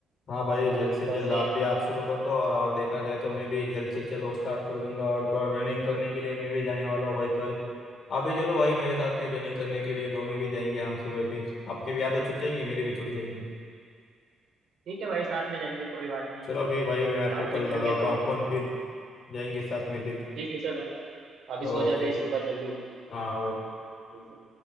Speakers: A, on the left; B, on the right.
A: हाँ भाई जल्द
B: अभी
A: से
B: कल
A: जल्द
B: से
A: आप भी आप शुरू कर दो और और देखा जाए तो मैं भी जल्द से जल्द वो स्टार्ट कर दूंगा और तो और रनिंग करने के लिए मैं भी जाने वाला हूँ भाई कल आप भी चलो भाई मेरे साथ फिर रनिंग करने के लिए दोनों भी जाएंगे हम सुबह फिर आपकी भी आदत छूट जाएंगी मेरी भी छूट जाएंगी
B: ठीक है भाई साथ में जाएंगे कोई बात नहीं
A: चलो फिर भाई मैं आपको
B: साथ में
A: कल
B: करेंगे
A: लगाता
B: तो
A: हूँ फोन फिर जाएंगे साथ में फिर
B: ठीक है चलो अभी
A: ओके
B: सो जाते हैं सुबह जल्दी उठ
A: हाँ
B: ठीक है